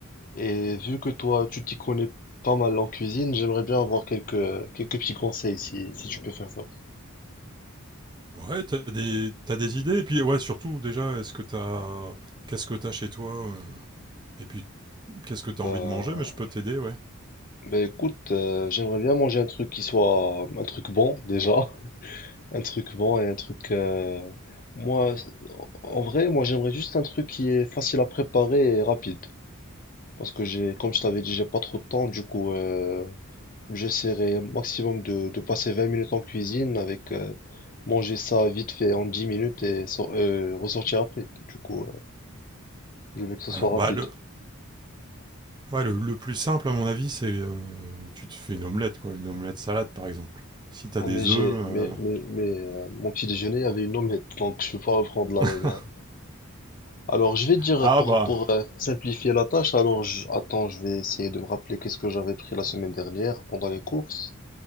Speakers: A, on the left; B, on the right.
A: Et vu que toi, tu t'y connais pas mal en cuisine, j'aimerais bien avoir quelques, quelques petits conseils si, si tu peux faire ça.
B: Ouais, t'as des, t'as des idées. Et puis, ouais, surtout, déjà, est-ce que t'as. Qu'est-ce que t'as chez toi euh, Et puis, qu'est-ce que t'as
A: Bah,
B: envie de manger Mais je peux t'aider, ouais.
A: bah écoute, euh, j'aimerais bien manger un truc qui soit un truc bon déjà. Un truc bon et un truc. euh, Moi, en vrai, moi j'aimerais juste un truc qui est facile à préparer et rapide. Parce que j'ai, comme je t'avais dit, j'ai pas trop de temps. Du coup, euh, j'essaierai au maximum de, de passer 20 minutes en cuisine avec euh, manger ça vite fait en 10 minutes et sor- euh, ressortir après. Du coup, euh, je veux que ça
B: Alors,
A: soit rapide.
B: bah, le, ouais, le, le plus simple, à mon avis, c'est. euh, tu te fais une omelette, quoi. Une omelette salade, par exemple. Si t'as
A: Ah,
B: des
A: mais j'ai,
B: œufs.
A: mais, mais, mais, euh, mon petit déjeuner avait une omelette, donc je peux pas reprendre la
B: euh,
A: même.
B: <laughs>
A: Alors, je vais te dire
B: Ah,
A: pour,
B: bah.
A: pour euh, simplifier la tâche, alors je- attends, je vais essayer de me rappeler qu'est-ce que j'avais pris la semaine dernière pendant les courses.